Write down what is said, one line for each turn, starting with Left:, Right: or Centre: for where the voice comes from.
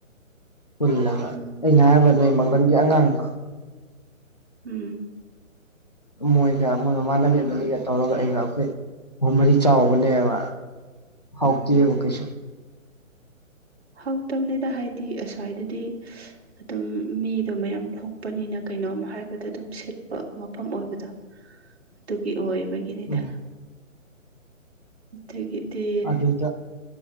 Left: ꯄꯨꯜꯂꯒ
Right: ꯎꯝ
Left: ꯑꯩꯅ ꯍꯥꯏꯕ ꯅꯣꯏ ꯃꯥꯡꯂꯪꯒꯤ ꯑꯉꯥꯡꯗꯣ
Right: ꯎꯝ
Left: ꯃꯣꯏꯒ ꯃꯣꯏ ꯃꯃꯥꯟꯅꯕꯤ ꯑꯃꯅꯤꯅꯤꯒ ꯇꯧꯔꯒ ꯑꯩꯒ ꯑꯩꯈꯣꯏ ꯃꯔꯤ ꯆꯥꯎꯕꯅꯦꯕ ꯍꯥꯎꯀꯤ
Right: ꯎꯝ
Left: ꯑꯣꯀꯦꯁ
Right: ꯍꯥꯎꯇꯕꯅꯤꯗ ꯍꯥꯏꯗꯤ ꯑꯁ꯭ꯋꯥꯏꯗꯗꯤ ꯑꯗꯨꯝ ꯃꯤꯗꯣ ꯃꯌꯥꯝ ꯊꯣꯛꯄꯅꯤꯅ ꯀꯩꯅꯣꯝ ꯍꯥꯏꯕꯗ ꯑꯗꯨꯝ ꯁꯤꯠꯄ ꯃꯐꯝ ꯑꯣꯏꯕꯗꯣ ꯑꯗꯨꯒꯤ ꯑꯣꯏꯕꯒꯤꯅꯤꯗ
Left: ꯎꯝ
Right: ꯑꯗꯨꯗꯒꯤꯗꯤ
Left: ꯑꯗꯨꯗ